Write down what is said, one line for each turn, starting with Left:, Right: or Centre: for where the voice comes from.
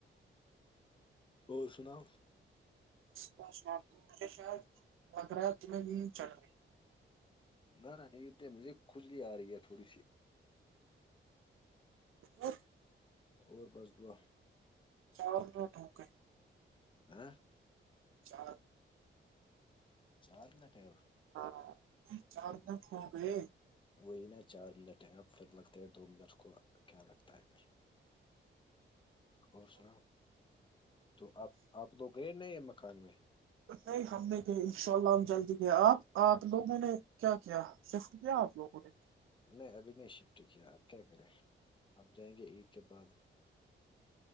Left: اور سناؤ
Right: بس مجھے لگ رہا ہے تجھے شاید نیند چڑھ رہی ہے
Left: نہ نہ نیند نہیں یہ تو مجھے خجلی آرہی ہے تھوڑی سی
Right: اور
Left: اور بس دعا
Right: چاول رکھو دھوکے
Left: <unintelligible>
Right: چار
Left: چار منٹ ہے
Right: ہاں چار لک ہو گئے
Left: وہی نا چار منٹ ہے اب فھر لگتے ہے دو منٹ کو کیا لگتا ہے پھر اور سنا تو آپ آپ تو گئے ن یہ مکان میں
Right: نہیں ہم نے بھی ان شاء اللہ ہم جلدی گئے آپ آپ لوگوں نے کیا کیا <unintelligible>
Left: میں ابھی نہیں شفٹ کیا آپ کیا کریں اب جائیں گے عید کے بعد